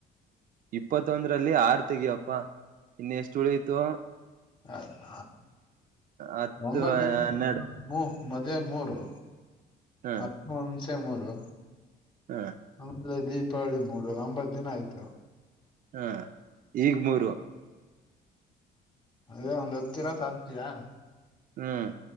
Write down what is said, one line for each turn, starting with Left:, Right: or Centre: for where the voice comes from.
Right: ಇಪ್ಪತ್ತೊಂದ್ರಲ್ಲಿ ಆರ್ ತೆಗ್ಯಪ್ಪಾ ಇನ್ನ ಎಷ್ಟ ಉಳಿತು.
Left: ಹ ಹ
Right: ಹತ್ತು
Left: ಒಂಬತ್ ದಿನ್
Right: ಹನ್ನೆರಡು
Left: ಹು. ಮದ್ವೆ ಮೂರು
Right: ಹ್ಮ
Left: ಹತ್ಮೂರ್ ಹುಣ್ಸೆ ಮೂರು.
Right: ಹಾ
Left: ಆಮೇಲೆ ದೀಪಾವಳಿ ಮೂರು ಒಂಬತ್ ದಿನ ಆಯ್ತು.
Right: ಹಾ ಈಗ್ ಮೂರು.
Left: ಅದೇ ಒಂದ್ ಹತ್ ದಿನ ತಾನ್ತಯಾ.
Right: ಹ್ಮ್